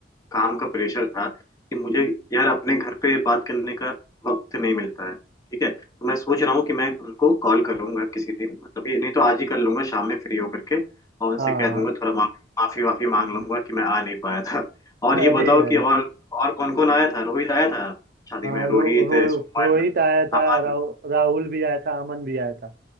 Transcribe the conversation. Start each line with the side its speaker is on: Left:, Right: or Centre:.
Left: काम का प्रेशर था कि मुझे यार अपने घर पे बात करने का वक्त नहीं मिलता है ठीक है तो मैं सोच रहा हूँ कि मैं उनको कॉल करूंगा किसी दिन मतलब ये नहीं तो आज ही कर लूंगा शाम में फ्री होकर के और उनसे
Right: हाँ
Left: कह
Right: हाँ।
Left: दूंगा थोड़ा माफी माफी वाफी मांग लूंगा कि मैं आ नहीं पाया था <laughs> और
Right: <laughs>
Left: ये
Right: अरे
Left: बताओ
Right: अरे
Left: कि और और कौन कौन आया था रोहित आया था शादी
Right: हाँ
Left: में रोहित
Right: रो, रो,
Left: सुमन
Right: रोहित आया था
Left: अमन
Right: राहु, राहुल भी आया था अमन भी आया था